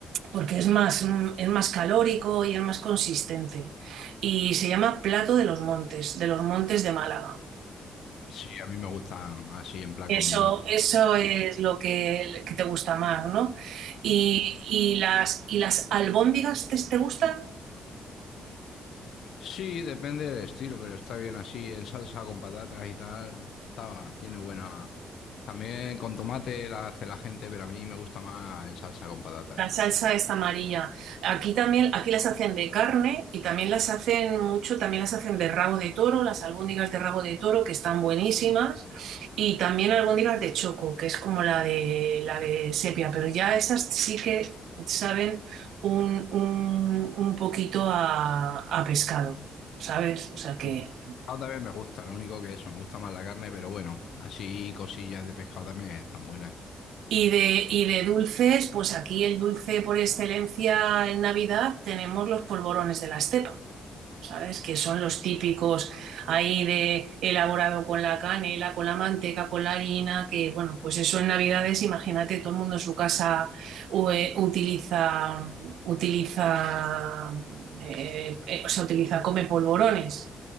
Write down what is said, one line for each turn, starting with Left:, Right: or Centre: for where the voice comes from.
Right: porque es más, mm, es más calórico y es más consistente. Y se llama plato de los montes, de los montes de Málaga.
Left: Sí, a mí me gustan así en plan
Right: Eso,
Left: combinado.
Right: eso es lo que, que te gusta más, ¿no? Y, y las, y las albóndigas te, te gustan?
Left: Sí, depende del estilo, pero está bien así, en salsa con patatas y tal. Estaba, tiene buena. También con tomate la hace la gente, pero a mí me gusta más en salsa con patatas.
Right: La salsa es amarilla. Aquí también, aquí las hacen de carne y también las hacen mucho, también las hacen de rabo de toro, las albóndigas de rabo de toro que están buenísimas y también albóndigas de choco, que es como la de la de sepia, pero ya esas sí que saben un, un, un poquito a, a pescado, ¿sabes? O sea que
Left: Sí. Pescado también me gusta, lo único que eso, me gusta más la carne, pero bueno, así cosillas de pescado también están buenas.
Right: y de, y de dulces, pues aquí el dulce por excelencia en Navidad tenemos los polvorones de la estepa. ¿sabes? Que son los típicos ahí de elaborado con la canela, con la manteca, con la harina, que bueno, pues eso en Navidades, imagínate, todo el mundo en su casa u- eh, utiliza, utiliza, eh, eh, o sea, utiliza, come polvorones.